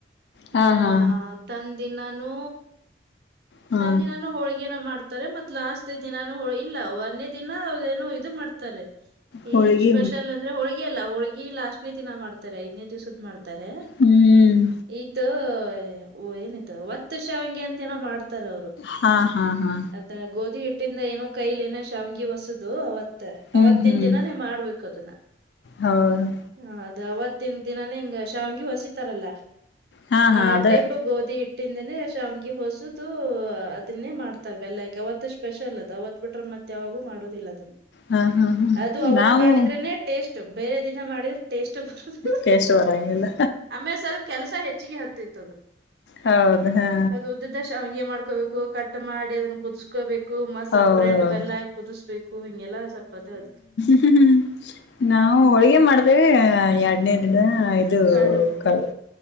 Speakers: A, on the left; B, on the right.
A: ಹಾ
B: ಬ
A: ಹಾ
B: ತಂದಿನಾನೂ
A: ಹಾ
B: ತಂದದಿನ ನು ಹೋಳ್ಗೆನ ಮಾಡ್ತನಿ ತಾರೆ ಮತ್ ಲಾಸ್ಟ್ ದಿನಾನು ಹೊಲ ಇಲ್ಲ ಒನ್ನೆ ದಿನ ಅವೇನೋ ಇದು ಮಾಡ್ತಾರೆ
A: ಹೋಳಿಗೆ
B: ಏನ್ ಸ್ಪೆಷಲ್ ಅಂದ್ರೆ ಹೋಳ್ಗಿ ಅಲ್ಲ ಹೋಳ್ಗಿ ಲಾಸ್ಟ್ನೇ ದಿನಾ ಮಾಡ್ತಾರೆ ಐದ್ನೇ ದಿವ್ಸದ್ ಮಾಡ್ತಾರೆ
A: ಹ್ಮ್
B: ಇದು ಓ ಏನಾಯಯ್ತ ಒತ್ತು ಶ ಅವಗೆ ಅಂತ ಏನೋ ಮಾಡ್ತಾರ ಅವ್ರು
A: ಹಾ ಹಾ ಹಾ
B: ಅದ್ರ ಗೋಧಿ ಹಟ್ಟ ಒಟ್ಟಿಂದ ಏನೋ ಕೈಲ ಏನ ಶಾವಂಗಿ ಹೊಸದು ಅವತ್
A: ಹ್ಮ್
B: ಅವತ್ತಿನ
A: ಹ್ಮ್
B: ದಿನಾನೇ ಮಾಡ್ಬೇಕು ಅದು ನಾ
A: ಹೌದು
B: ಹ ಅದ ಅವತ್ತಿನ ದಿನಾನೇ ಹಿಂಗ ಶಾವಿಗೆಿ ಹೊಸಿತಾರಲ್ಲ
A: ಹಾ
B: ಆ
A: ಹಾ ಅದ
B: ಟೈಪ್ ಗೋಧಿ ಇಟ್ಟಿಂದನೇ ಶಾಂವಾಂಗಿ ಹೊಸುದು ಅದನ್ನೇ ಮಾಡ್ತಾರೆ ಬೆಲ್ಲ ಹಾಕಿ ಅವತ್ತಷ್ಟು ಸ್ಪೆಷಲ್ ಅದು ಅವತ್ ಬಿಟ್ರೆ ಮತ್ತೆ ಯಾವಾಗೂ ಮಾಡುದಿಲ್ಲ ಅದನ್ನ
A: ಹಾ ಹಾ ಹಾ
B: ಅದು ಅವತ್
A: ನಾವು
B: ಮಾಡಿದ್ರೆನೆ ಟೇಸ್ಟ್ ಬೇರೆ ದಿನ ಮಾಡಿದ್ರೆ ಟೇಸ್ಟ್ ಬರೋದಿಲ್ಲ
A: ಟೇಸ್ಟ್ ಬರಂಗಿಲ್ಲ
B: ಆಮೇಲೆ ಸ್ವಲ್ಪ ಕೆಲಸ ಹೆಚ್ಚಿಗೆ ಹತೈತ
A: ಹೌದು ಹಾ
B: ಹೌದು ಉದ್ದ ಉದಾ ಶಾಂವಾಂಗಿ ಮಾಡ್ಕೋಬೇಕು ಮಾಡಿ ಅದನ್ನ ಕುದಿಸ್ಕೋಬೇಕು ಮತ ಸಪ್ರೇಟ್
A: ಹೌದೌದು
B: ಬೆಲ್ಲ ಹಾಕಿ ಕುದಿಸ್ಬೇಕು ಹಿಂಗೆಲ್ಲ ಸ್ವಲ್ಪ ಅದ ಅದು
A: ಹೂ ಹೂ ನಾವು ಹೊಳಿ ಆದ್ರೆ ಎರಡನೇ ದಿನ ಇದು
B: ಕಡುಬು
A: ಕಾಡು